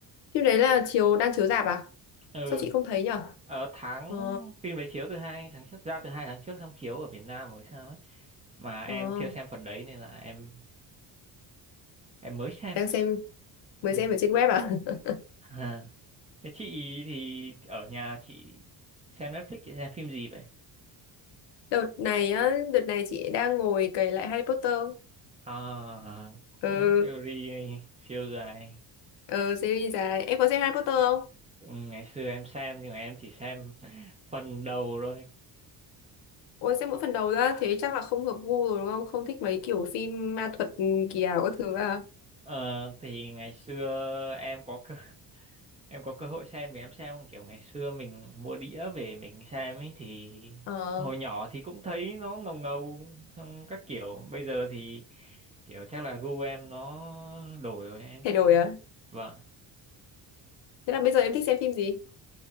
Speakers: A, on the left (about 75°); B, on the right (about 20°).
A: Phim đấy là chiếu đang chiếu rạp à?
B: ừ
A: Sao chị không thấy nhở?
B: ở tháng
A: Ờ,
B: phim đấy chiếu từ hai tháng trước ra từ hai tháng trước xong chiếu ở Việt Nam rồi sao ấy mà em
A: ờ.
B: chưa xem phần đấy nên là em em mới xem
A: Đang xem, mới
B: ừ.
A: xem ở trên
B: <laughs>
A: web à? <laughs>
B: Ha. Thế chị thì ở nhà chị xem Netflix chị xem phim gì vậy
A: Đợt này á, đợt này chị đang ngồi cày lại Harry Potter.
B: à
A: Ừ,
B: cũng series siêu dài
A: ừ, series dài. Em có xem Harry Potter không?
B: Ừ, ngày xưa em xem nhưng mà em chỉ xem phần đầu thôi
A: Ôi xem mỗi phần đầu ra thế chắc là không hợp gu rồi đúng không? Không thích mấy kiểu phim ma thuật kỳ ảo các thứ à?
B: Ờ, thì ngày xưa em có cơ, <laughs> em có cơ hội xem thì em xem kiểu ngày xưa mình mua đĩa về mình xem ấy thì
A: Ờ,
B: hồi nhỏ thì cũng thấy nó ngầu ngầu xong các kiểu bây giờ thì kiểu chắc là gu em nó đổi rồi em
A: Thay
B: thích
A: đổi
B: xem
A: à?
B: vâng
A: Thế là bây giờ em thích xem phim gì?